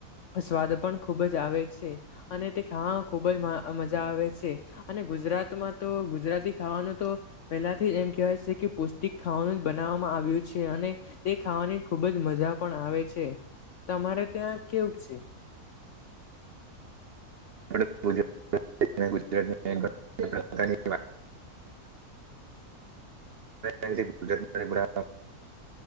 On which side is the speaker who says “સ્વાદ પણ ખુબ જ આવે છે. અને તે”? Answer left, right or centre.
Left